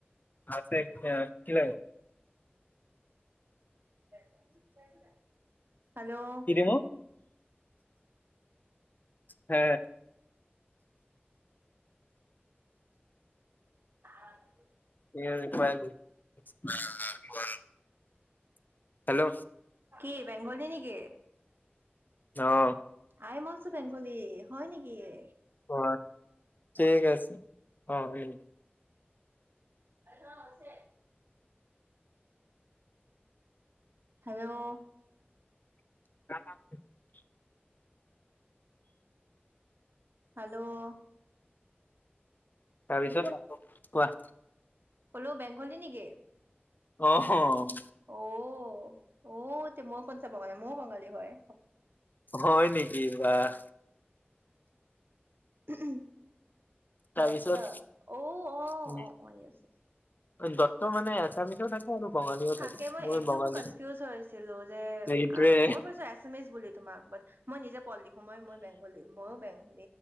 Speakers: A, on the left (about 45°); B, on the right (about 60°).
A: আছে এতিয়া। কি লাগ
B: <inaudible> হেল্ল'
A: কি দিব? হে
B: <inaudible>
A: <unintelligible> হেল্ল'।
B: কি বেংগলী নেকি?
A: যাঅ'।
B: আই এম অলচু বেংগলী, হয় নেকি? এইয়ে
A: অ'। ঠিক আছে, অ', হে।
B: <unintelligible> হেল্ল'
A: <unintelligible>
B: হেল্ল'
A: তাৰপিছত? কোৱা
B: ক'লো বেংগলী নেকি?
A: অহ হঅ
B: অও অও তে মই কনচা বঙালী মই বঙালী হয়
A: হয় নেকি বাহ
B: ওহো,
A: তাৰপিছত
B: দত্ত অও অহ
A: উম
B: অহ ইয়েচ ইয়েচ,
A: দত্ত মানে এচিমিছৰো থাকে আৰু বঙালীও
B: থাকে মই এইটো
A: বঙালী
B: মই কনফিউজ হৈ আছিলো যে
A: সেইটোৱে
B: মই ভাবিছোঁ এছামিছ বুলি তোমাক বাট মই নিজে পল লিখো মই মই বেংগলী ময়ো বেংগ